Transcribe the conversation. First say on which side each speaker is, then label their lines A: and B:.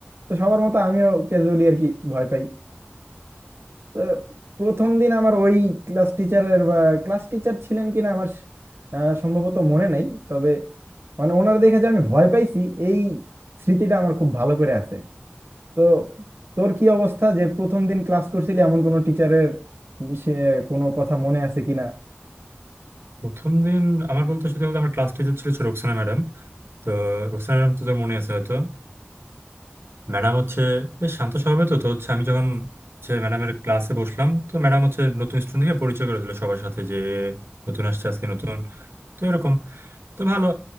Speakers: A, on the right; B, on the right.
A: তো সবার মতো আমিও ক্যাজুয়ালি আর কি ভয় পাই তো প্রথম দিন আমার ওই ক্লাস টিচারের বা ক্লাস টিচার ছিলেন কিনা আমার স- আহ, সম্ভবত মনে নাই তবে মানে ওনারা দেখে যে আমি ভয় পাইছি এই স্মৃতিটা আমার খুব ভালো করে আছে তো তোর কি অবস্থা যে প্রথম দিন ক্লাস করছিলি এমন কোনো টিচারের সে কোনো কথা মনে আছে কিনা
B: প্রথম দিন আমার বলতে সত্যি বলতে আমার ক্লাস টিচার ছিল হচ্ছে রোকসানা ম্যাডাম তো রোকসানা ম্যাডাম তোদের মনে আছে হয়তো ম্যাডাম হচ্ছে বেশ শান্ত স্বভাবের তো তো হচ্ছে আমি যখন হচ্ছে ম্যাডামের ক্লাসে বসলাম তো ম্যাডাম হচ্ছে নতুন স্টুডেন্টকে পরিচয় করে দিল সবার সাথে যে নতুন আসছে আজকে নতুন তো এরকম তো ভালো